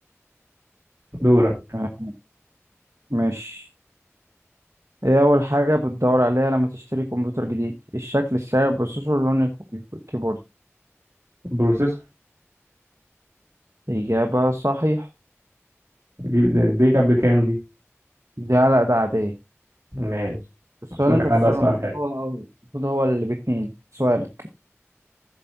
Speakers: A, on the right; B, on the right.
A: دورك
B: آه، ماشي ايه اول حاجة بتدور عليها لما تشتري كمبيوتر جديد الشكل السعر البروسيسور لون الكو- الكيبورد
A: بروسيسور
B: اجابة صحيح
A: دي دي كانت بكام دي
B: دي على ده عادية
A: ماشي
B: السؤال
A: هسألك
B: اللي انت
A: لك
B: تسأله
A: انا بقى سؤال
B: المفروض
A: حلو
B: هو المفروض هو اللي باتنين سؤالك